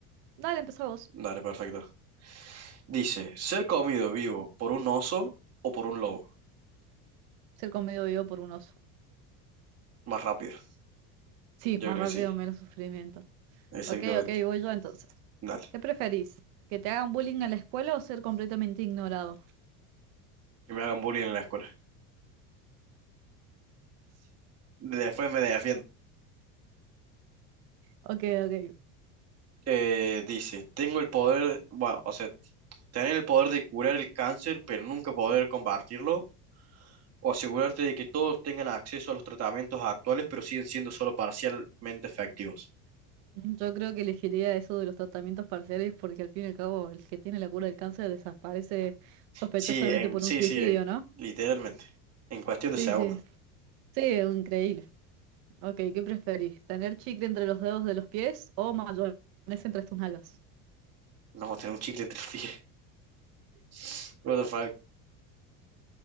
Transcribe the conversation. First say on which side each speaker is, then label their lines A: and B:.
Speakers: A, on the right; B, on the right.
A: Dale, empezá vos.
B: Dale, perfecto. Dice, ¿ser comido vivo por un oso o por un lobo?
A: Ser comido vivo por un oso.
B: Más rápido.
A: Sí,
B: Yo
A: más
B: creo
A: rápido,
B: que sí,
A: menos sufrimiento.
B: exactamente.
A: Ok, ok, voy yo entonces.
B: Dale,
A: ¿Qué preferís? ¿Que te hagan bullying en la escuela o ser completamente ignorado?
B: que me hagan bullying en la escuela. Después me defiendo.
A: Ok, ok.
B: Eh, dice, tengo el poder, bueno, o sea, Tener el poder de curar el cáncer, pero nunca poder combatirlo. O asegurarte de que todos tengan acceso a los tratamientos actuales, pero siguen siendo solo parcialmente efectivos.
A: Yo creo que elegiría eso de los tratamientos parciales porque al fin y al cabo el que tiene la cura del cáncer desaparece sospechosamente
B: Sí, en,
A: por
B: sí,
A: un suicidio,
B: sí, en-
A: ¿no?
B: literalmente. En cuestión
A: Sí,
B: de segundos.
A: sí, sí, increíble. Ok, ¿qué preferís? ¿Tener chicle entre los dedos de los pies o mayonesa entre tus nalgas?
B: nos vamos a tener un chicle entre los pies. <laughs> What the fuck.